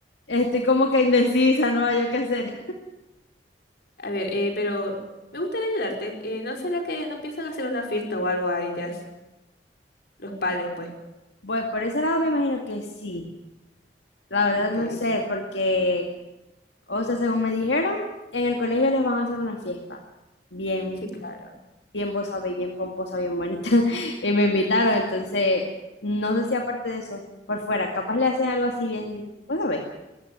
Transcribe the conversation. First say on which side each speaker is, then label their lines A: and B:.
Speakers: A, on the left; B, on the left.
A: estoy como que indecisa, no hay yo qué hacer.
B: a ver, eh, pero me gustaría ayudarte. Eh, ¿no será que no piensan hacer una fiesta o algo a ellas? Los padres, pues.
A: Bueno, por ese lado me imagino que sí. La verdad
B: Ok,
A: no sé, porque O sea, según me dijeron, en el colegio les van a hacer una fiesta. Bien,
B: sí, claro.
A: bien vos sabéis, bien pomposa, bien bonita. <laughs> Y me invitaron, entonces, no sé si aparte de eso, por fuera, capaz le hacen algo así bien, vos sabéis,